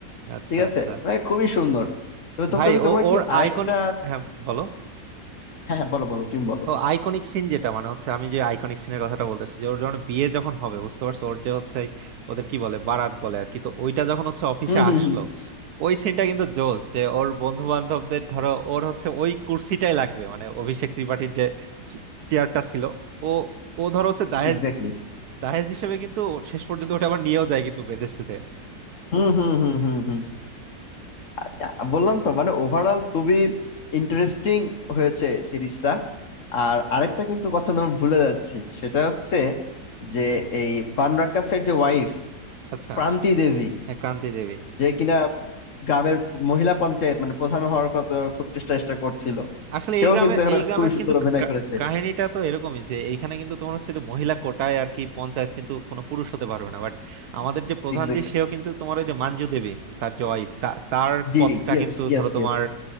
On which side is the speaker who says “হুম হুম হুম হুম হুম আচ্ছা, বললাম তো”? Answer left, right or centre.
Left